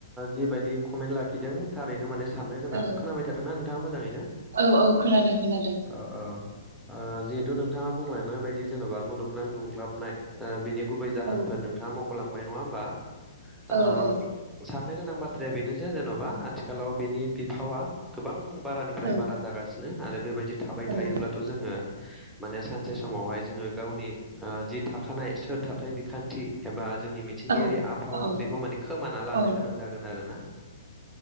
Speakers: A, in the centre; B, on the right.
A: जिबायदि कमेन्ट लाखिदों थारैनो माने साननो गोनां
B: औ
A: खोनाबाय थादोंना नोंथाङा मोजाङैनो
B: औ औ खोनादों खोनादों
A: औ औ ओ जिहेथु नोंथाङा बुंलांनाय बायदि जेन'बा मुलुगनां दुंग्लाबनाय बिनि गुबै जाहोन
B: औ
A: मखलांबाय नङा होनबा ओ
B: औ औ
A: सान ननो गोनां बाथ्राया बेनोसै जेन'बा आथिखालाव बिनि बिफावा गोबां बारानिफ्राय
B: औ
A: बारा जागासि नो आरो बेबायदि थाबाय
B: औ
A: थायोब्लाथ' जोङो माने सानसे समावहाय जोङो गावनि ओ जि थाखानाय सोर था बिखा नथि एबा जोंनि मिथिंगायारि
B: औ
A: आबहावा
B: औ
A: बेखौ माने खोमाना लानो
B: औ
A: गोनां जागोन आरोना